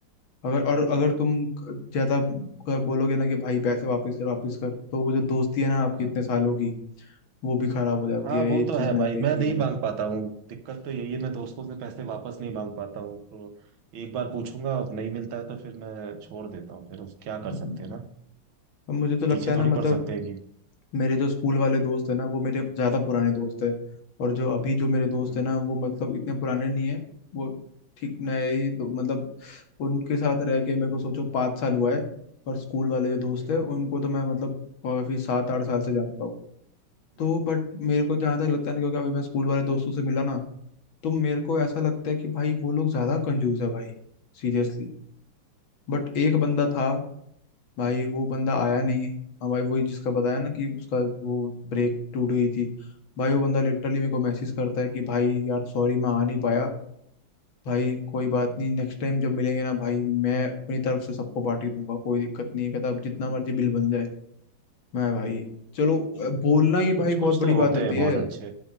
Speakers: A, on the left; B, on the right.
A: अगर और अगर तुम क- ज्यादा क- बोलोगे ना कि भाई पैसे वापस कर वापस कर तो वो जो दोस्ती है ना आपकी
B: हाँ
A: इतने सालों की वो भी खराब हो जाती
B: हाँ
A: है
B: वो
A: ये चीज
B: तो है
A: मैंने
B: भाई
A: देखी
B: मैं नहीं
A: है
B: मांग पाता हूँ दिक्कत तो यही है मैं दोस्तों से पैसे वापस नहीं मांग पाता हूँ तो एक बार पूछूंगा अब नहीं मिलता है तो फिर मैं छोड़ देता हूँ फिर उस क्या कर
A: हम्म।
B: सकते हैं ना
A: अब मुझे तो लगता
B: पीछे
A: है
B: थोड़ी
A: ना मतलब
B: पड़ सकते हैं कि
A: मेरे जो स्कूल वाले दोस्त है ना वो मेरे ज़्यादा पुराने दोस्त है और जो अभी जो मेरे दोस्त
B: हम्म
A: है ना वो मतलब इतने पुराने नहीं है वो ठीक नए ही दो- मतलब उनके साथ रह के मेरे को सोचो पाँच साल हुआ है और स्कूल वाले जो दोस्त
B: हम्म
A: है उनको तो मैं मतलब काफ़ी सात आठ साल से जानता हूँ
B: हम्म,
A: तो बट मेरे को जहाँ तक लगता है ना क्योंकि अभी मैं स्कूल वाले दोस्तों से मिला ना तो मेरे को ऐसा लगता है कि भाई वो लोग ज़्यादा कंजूस है भाई सीरियसली बट एक बंदा था भाई वो बंदा आया नहीं हाँ भाई वही जिसका बताया ना कि उसका वो ब्रेक टूट गई थी भाई वो बंदा लिटरली मेरे
B: हम्म।
A: को मैसेज करता है कि भाई यार सॉरी मैं आ नहीं पाया भाई कोई बात नहीं नेक्स्ट टाइम जब मिलेंगे ना भाई मैं अपनी तरफ से सबको पार्टी दूंगा कोई दिक्कत नहीं है कहता अब जितना मर्जी बिल बन जाए मैं भाई चलो
B: हाँ,
A: अ, बोलना ही
B: कुछ
A: भाई
B: कुछ
A: बहुत बड़ी
B: तो होते
A: बात होती
B: हैं बहुत
A: है
B: अच्छे